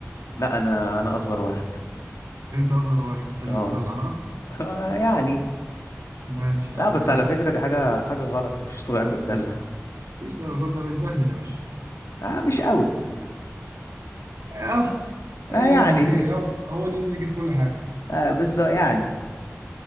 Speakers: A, on the left; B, on the right.
A: لا انا انا اصغر واحد
B: انت اصغر واحد انت اللي
A: اه
B: بتدلع ها
A: <laughs> يعني
B: ماشي
A: لا
B: يا عم
A: بس
B: كمل
A: على فكره دي حاجه حاجه غلط مفيش صغير متدلع
B: مفيش ده الراجل ده بيتبهدل يا باشا
A: آه مش قوي
B: اه أي
A: آه يعني
B: ينزل يجيب هو هو اللي ينزل يجيب كل حاجه
A: <laughs> آه بالظبط يعني